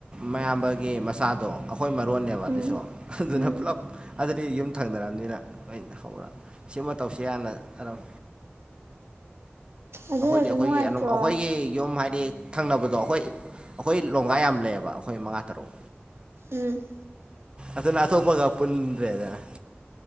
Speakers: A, on the right; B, on the right.
A: ꯃꯌꯥꯝꯕꯒꯤ ꯃꯆꯥꯗꯣ ꯑꯩꯈꯣꯏ ꯃꯔꯣꯟꯅꯦꯕ
B: ꯎꯝ
A: ꯑꯗꯨꯁꯨ ꯑꯗꯨꯅ
B: ꯎꯝ
A: ꯄꯨꯂꯞ ꯑꯗꯨꯗꯤ ꯌꯨꯝ ꯊꯪꯅꯔꯕꯅꯤꯅ ꯅꯣꯏ ꯍꯧꯔ ꯁꯤꯃ ꯇꯧꯁꯤ ꯍꯥꯟꯅ ꯑꯗꯨꯝ
B: ꯑꯗꯨꯅꯁꯨ
A: ꯑꯩꯈꯣꯏꯗꯤ ꯑꯩꯈꯣꯏꯒꯤ
B: ꯅꯨꯡꯉꯥꯏꯇ꯭ꯔꯣ
A: ꯑꯗꯨꯝ ꯑꯩꯈꯣꯏꯒꯤ ꯌꯨꯝ ꯍꯥꯏꯗꯤ ꯊꯪꯅꯕꯗꯣ ꯑꯩꯈꯣꯏ ꯑꯩꯈꯣꯏ ꯂꯣꯡꯒꯥ ꯌꯥꯝ ꯂꯩꯌꯦꯕ ꯑꯩꯈꯣꯏ ꯃꯉꯥ ꯇꯔꯨꯛ
B: ꯎꯝ
A: ꯑꯗꯨꯅ ꯑꯇ‌ꯣꯝꯄꯒ ꯄꯨꯟꯂ‌ꯦꯗꯅ